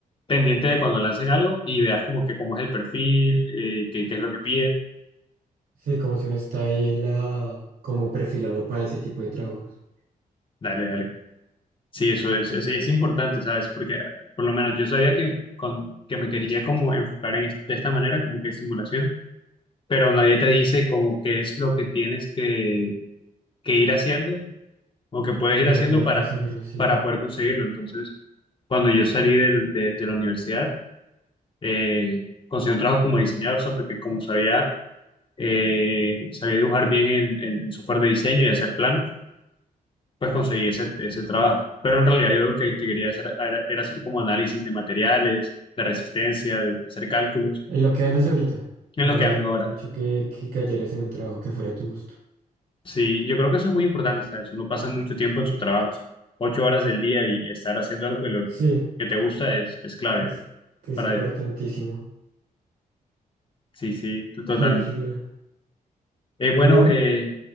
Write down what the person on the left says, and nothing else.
pendiente de cuando lancen algo y veas como que cómo es el perfil, eh, qué, qué es lo que piden.
Dale, dale. Sí, eso es, es, es importante, ¿sabes? Porque por lo menos yo sabía que, con, que me quería como enfocar en, es- de esta manera, como que simulación, pero nadie te dice como qué es lo que tienes que, que ir haciendo o que puedes
ir haciendo
para,
para poder conseguirlo. Entonces, cuando yo salí del- de, de la universidad, eh, conseguí un trabajo como diseñador, o sea, porque como sabía, eh, sabía dibujar bien en, en- en software de diseño y hacer planos, pues conseguí ese, ese trabajo. Pero en realidad yo lo que, que quería hacer era, era hacer como análisis de materiales, de resistencia, de hacer cálculos,
en
lo
que ando ahora.
Sí, yo creo que eso es muy importante, ¿sabes? Uno pasa mucho tiempo en su trabajo, ocho horas del día y estar haciendo algo que, lo,
que te gusta es, es clave.
Para,
sí, sí, t- total.
Eh, bueno,
eh,